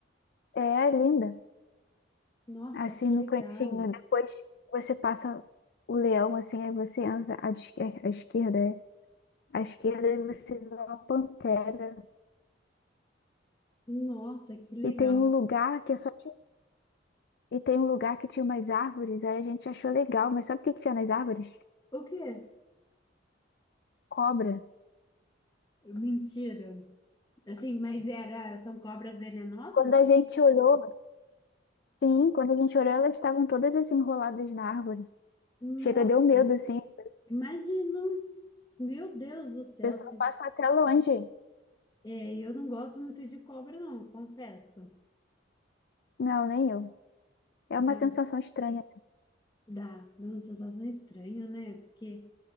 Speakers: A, on the left (about 55°); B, on the left (about 20°).
A: É é linda.
B: Nossa,
A: Assim
B: que
A: no
B: legal!
A: cantinho. Depois você passa o leão, assim, aí você entra à esquer- à esquerda. é. À esquerda aí você vê uma pantera.
B: Nossa, que legal!
A: E tem um lugar que é só de... E tem um lugar que tinha umas árvores. Aí a gente achou legal. Mas sabe o que que tinha nas árvores?
B: O quê?
A: Cobra.
B: Mentira! Assim, mas era, são cobras venenosas?
A: Quando a gente olhou, sim, quando a gente olhou, elas estavam todas assim enroladas na árvore.
B: Nossa,
A: Chega, deu medo, assim. O
B: imagina! Meu Deus do céu,
A: pessoal
B: se
A: passa até longe.
B: É, eu não gosto muito de cobra, não, confesso.
A: Não, nem eu. É
B: Dá,
A: uma sensação estranha
B: dá, dá uma sensação estranha, né? Porque